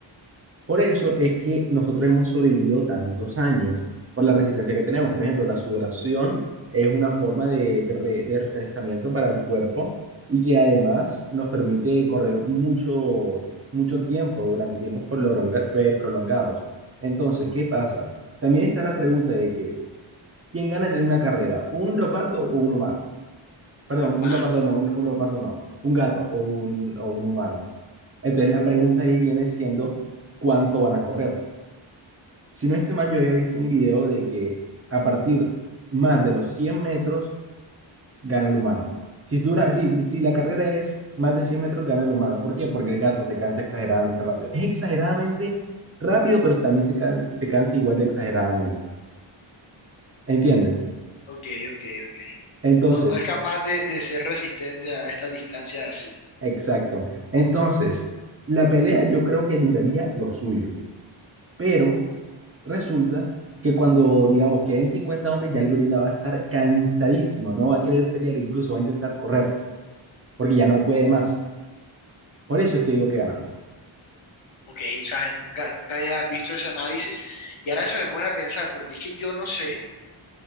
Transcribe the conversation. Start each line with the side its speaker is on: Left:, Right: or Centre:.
Right: Por eso es que nosotros hemos sobrevivido tantos años por la resistencia que tenemos. Por ejemplo, la sudoración es una forma de, de re- de refrescamiento para el cuerpo y que además nos permite correr mucho, mucho tiempo durante tiempos prolonga- eh, prolongados. Entonces, ¿qué pasa? También está la pregunta de que, ¿quién gana en una carrera? ¿Un leopardo o un humano? Perdón,
Left: Un leopardo.
Right: un leopardo no, un, un leopardo no, un gato o un, o un humano. Entonces la pregunta ahí viene siendo, ¿cuánto van a correr? Si no estoy mal, yo había visto un video de que a partir más de los 100 metros gana el humano. Si dura, si, si la carrera es más de 100 metros, gana el humano. ¿Por qué? Porque el gato se cansa exageradamente rápido. Es exageradamente rápido, pero también se, can- se cansa igual de exageradamente. ¿Entiendes?
Left: Ok, ok, ok.
Right: Entonces,
Left: No, no es capaz de, de ser resistente a estas distancias así.
Right: exacto. Entonces, la pelea yo creo que duraría lo suyo, pero resulta que cuando, digamos, queden 50 hombres, ya el gorila va a estar cansadísimo, no va a querer pelear, incluso va a intentar correr. porque ya no puede más. Por eso es que digo que ganamos.
Left: Ok, ¿sabes? Nunca, nunca había visto ese análisis. Y ahora eso me pone a pensar, porque es que yo no sé